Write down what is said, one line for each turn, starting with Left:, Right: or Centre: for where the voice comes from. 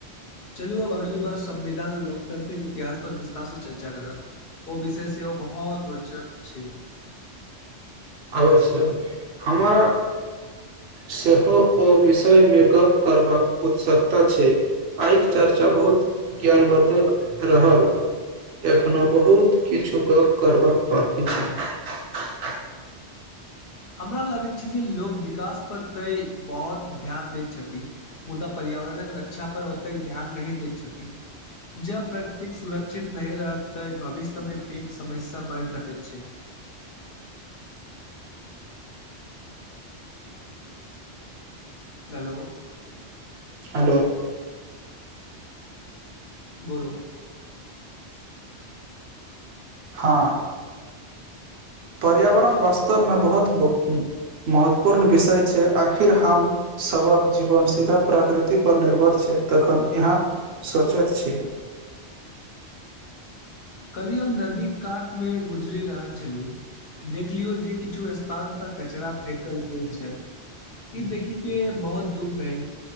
Left: चलू अब अगली बार संविधान लोकतंत्रिक इतिहास पर विस्तार से चर्चा करब ओ विषय सेहो बहोत रोचक छै।
Right: अवश्य हमारा सेहो ओ विषय मे गप्प करबाक उत्सकता छै, आय के चर्चा बहुत ज्ञानवर्धक रहल, एखनो बहुत किछु गप्प करबाक बाकी छै।
Left: हमरा लागैत छै जे लोक विकास पर तै बहोत ध्यान दैत छथि। मुदा पर्यावरणक रक्षा पर ओतेक ध्यान नहि दैत छथि, जब प्रकृतिक सुरक्षित नै रहत ते भविष्य मे पैघ समस्या बैढ़ सकैत छै। हेलो।
Right: हेलो।
Left: बोलू।
Right: हाँ। पर्यावरण वास्तव मे बहोत ब उम्म महत्वपूर्ण विषय छै, आखिर हम सबक जीवन सीधा प्राकृति पर निर्भर छै, तखन यहाँ सोचैत छी।
Left: कल्हि हम नदी कात मे गुजरि रहल छलु देखलियौ जे किछु स्थान पर कचरा फेकल गेल छल, ई देखी के बहोत दुःख भेल,